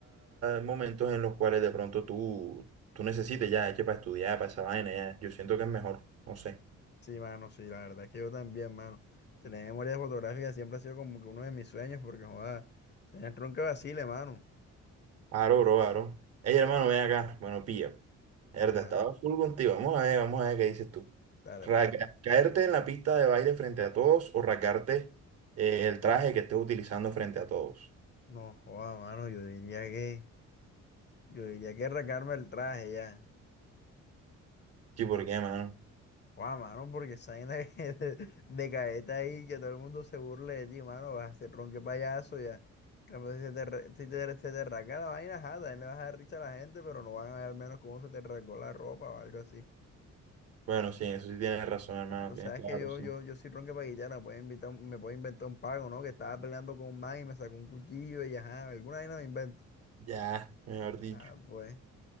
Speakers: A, on the right; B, on the left.
A: momentos en los cuales de pronto tú, tú necesites ya, che, para estudiar, para esa vaina, ya. Yo siento que es mejor, no sé.
B: Sí, mano, sí, la verdad es que yo también, mano. Tener memoria fotográfica siempre ha sido como que uno de mis sueños, porque joda, sería el tronco de vacile, mano.
A: Aro, bro, aro. Ey, hermano, ven acá. Bueno, pilla. pues. Erda,
B: Ajá,
A: estaba full contigo. Vamos a ver, vamos a ver qué dices tú.
B: dale,
A: Rasga-
B: pues dale.
A: ¿Caerte en la pista de baile frente a todos o rasgarte eh, el traje que estés utilizando frente a todos?
B: No, joda, mano, yo diría que, yo diría que arrancarme el traje ya.
A: Sí, ¿por qué, mano?
B: Joda, mano, porque esa vaina <laughs> de, de, de caeta ahí, que todo el mundo se burle de ti, mano, vas a ser tronque payaso ya. En Cambio, si se te, arra- si te, se te arranca la vaina, ajá, también le vas a dar risa a la gente, pero no van a ver al menos cómo se te arrancó la ropa o algo así.
A: Bueno, sí, eso sí tienes razón, hermano,
B: Ah, lo
A: tienes
B: sabes
A: toda
B: que
A: la
B: yo,
A: razón.
B: yo, yo soy ronque paguillana, puede invitar, un- me puede inventar un pago, ¿no? Que estaba peleando con un man y me sacó un cuchillo y ajá, alguna vaina me invento.
A: Ya, mejor
B: Ah,
A: dicho,
B: pues.